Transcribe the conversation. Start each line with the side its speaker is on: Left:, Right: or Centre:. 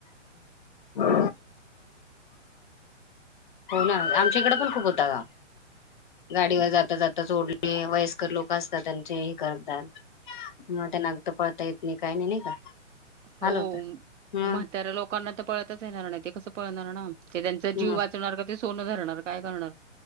Left: <inaudible> हो ना आमच्या इकडे पण खूप होता का गाडीवर जाता जाता सोडले वयस्कर लोक असतात त्यांचे करतात मग ते नाग त पडता येत नाही काही नाही नाही का
Right: हो
Left: हाल होता
Right: म्हाताऱ्या लोकांना तर पळताच येणार नाही ते कस. पळणार ना ते त्यांचा
Left: ह
Right: जीव वाचणार का ते सोनं धरणार काय करणार